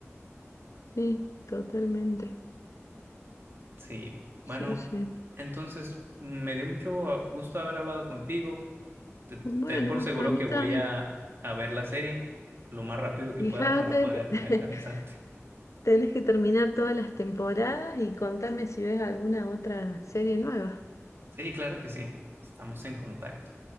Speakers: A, on the left; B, on the right.
A: sí, totalmente.
B: Sí, bueno,
A: Sí, sí.
B: entonces me dio mucho ah, gusto haber hablado contigo. Te-
A: Bueno,
B: ten por seguro
A: a mí
B: que voy
A: también.
B: a, a ver la serie lo más rápido que
A: Fíjate,
B: pueda para poder
A: <laughs>
B: alcanzarte.
A: tenés que terminar todas las temporadas y contame si ves alguna otra serie nueva.
B: Sí, claro que sí. Estamos en contacto.